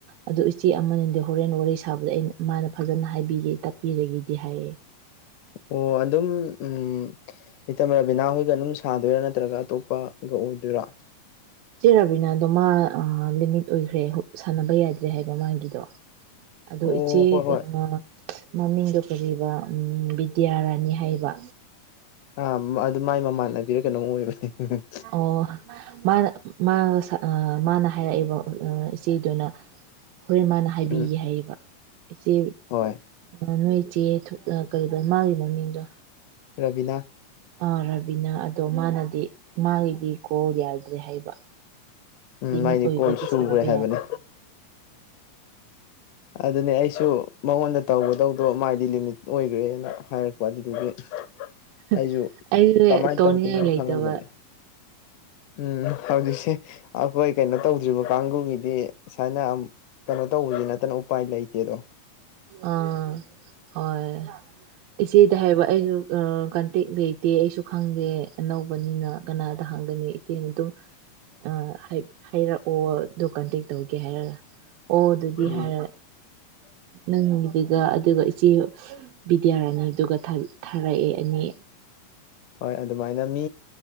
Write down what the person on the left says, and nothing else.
ꯑꯣ ꯑꯗꯨꯝ ꯎꯝ ꯂꯩꯇꯝ ꯔꯕꯤꯅꯥꯍꯣꯏꯒ ꯑꯗꯨꯝ ꯁꯥꯗꯣꯏꯔꯥ ꯅꯠꯇ꯭ꯔꯒ ꯑꯇꯣꯞꯄꯒ ꯑꯣꯏꯗꯣꯏꯔꯥ
ꯑꯣ
ꯍꯣꯏ
ꯍꯣꯏ
ꯑꯝꯕ ꯑꯗꯨ ꯃꯥꯏ ꯃꯃꯥꯟꯅꯕꯤꯔ ꯀꯩꯅꯣꯝ ꯑꯣꯏꯕꯅꯤ ꯍꯨꯡ ꯍꯨꯡ
ꯎꯝ
ꯍꯣꯏ
ꯔꯕꯤꯅꯥ
ꯎꯝ
ꯃꯥꯏꯗꯤ
ꯀꯣꯟ ꯁꯨꯒ꯭ꯔꯦ
ꯍꯥꯏꯕꯅꯤ
ꯑꯗꯨꯅꯦ ꯑꯩꯁꯨ ꯃꯉꯣꯟꯗ ꯇꯧꯒꯗꯧꯗꯣ ꯃꯥꯏꯗꯤ ꯂꯤꯃꯤꯠ ꯑꯣꯏꯒ꯭ꯔꯦꯅ ꯍꯥꯏꯔꯛꯄ ꯑꯗꯨꯗꯨꯒꯤ
ꯑꯩꯁꯨ
ꯀꯃꯥꯏꯅ
ꯇꯧꯗꯣꯏꯅꯣ
ꯈꯪꯉꯝꯕꯅꯦ ꯎꯝ ꯍꯧꯖꯤꯛꯁꯦ ꯑꯈꯣꯏ ꯀꯩꯅꯣ ꯇꯧꯗ꯭ꯔꯤꯕ ꯀꯥꯡꯒꯨꯒꯤꯗꯤ ꯁꯥꯏꯅ ꯑꯝ ꯀꯩꯅꯣ ꯇꯧꯕꯖꯤ ꯅꯠꯇꯅ ꯎꯄꯥꯏ ꯂꯩꯇꯦꯗꯣ
ꯎꯝ
ꯍꯣꯏ ꯑꯗꯨꯃꯥꯏꯅ ꯃꯤ